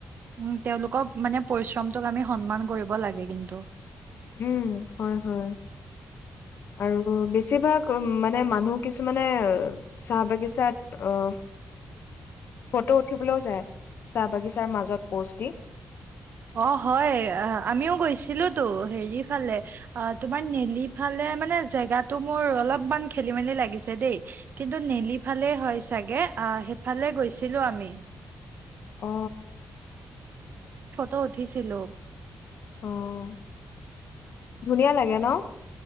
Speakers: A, on the right; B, on the left.
A: উম, তেওঁলোকক মানে পৰিশ্ৰমটোক আমি সন্মান কৰিব লাগে কিন্তু।
B: উম, হয়-হয় আৰু বেছিভাগ মানে মানুহ কিছুমানে চাহ বাগিচাত অহ, ফটো উঠিবলৈও যায় চাহ বাগিচাৰ মাজত প'ষ্ট দি।
A: অ' হয় আমিও গৈছিলোতো হেৰিফালে তোমাৰ নেলি ফালে মানে জেগাটো মোৰ অলপমান খেলি-মেলি লাগিছে দেই কিন্তু নেলিফালে হয় চাগে অহ, সেইফালে গৈছিলোঁ আমি।
B: অ,
A: তো উঠিছিলো।
B: অ', ধুনীয়া লাগে ন